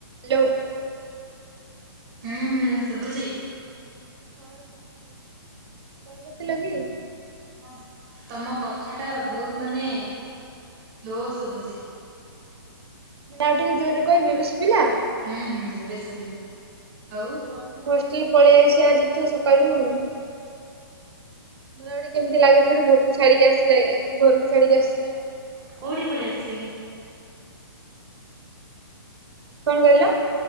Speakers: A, on the right; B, on the right.
A: Hello.
B: ହୁଁ ହୁଁ ଶୁଭୁଛି।
A: ହଁ ଶୁଭୁଛି କଣ କରୁଥିଲ କି?
B: ତମ ତମ କଥା ଟା ବହୁତ ମାନେ ଲୋ ଶୁଭୁଛି।
A: ଆଉ ଟିକେ ଜୋରରେ କହିବି ଏବେ ଶୁଭିଲା?
B: ହୁଁ ହୁଁ ଏବେ ଶୁଭିଲା। ଆଉ
A: ହଁ ମୁଁ ହଷ୍ଟେଲ୍ ପଳେଇ ଆଇସି ଆଜି ତ ସକାଳୁ। ମାନେ ଗୋଟେ କେମିତି ଲାଗୁଛି ମାନେ ଘରକୁ ଛାଡିକି ଆସିଲେ ଘରକୁ ଛାଡିକି ଆସିଛି ନାଁ।
B: କୋଉଠିକି ପଳେଇ ଅସିବେ କି?
A: କଣ କହିଲ?